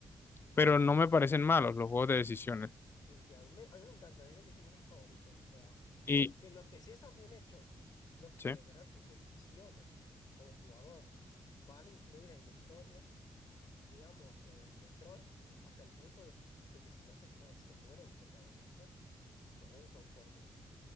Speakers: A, on the left; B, on the left.
A: pero
B: Y
A: no me parecen malos los juegos de decisiones.
B: sí, sí, a mí me, a mí me encantan, es de mis géneros favoritos. O sea,
A: Y,
B: porque los que sí están bien hechos, los que
A: sí,
B: de verdad tus decisiones como jugador van a influir en la historia digamos, en Detroit, hasta el punto de, de que si lo haces mal se muere el protagonista, son, son fuertes.